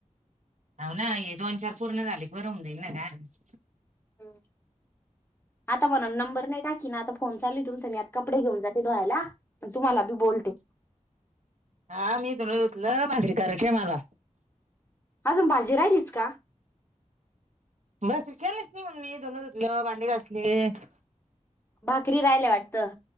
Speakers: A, on the right; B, on the left.
A: हो ना हे दोन चार पूर्ण झाले बरं होऊ जाईल ना का.
B: ह आता म्हणून नंबर नाही टाकी ना आता फोन चालू तुमचा. तर मी आत कपडे घेऊन जाते धोवायला पण तुम्हाला बी बोलते.
A: हा मी धुणं धुतलं भाकरी करायची हाय मल.
B: अजून भाजी राहिलीच का.
A: भाकरी केलेत म्हणून मी धुणं धुतलं भांडी घासलेत.
B: भाकरी रायला वाटत.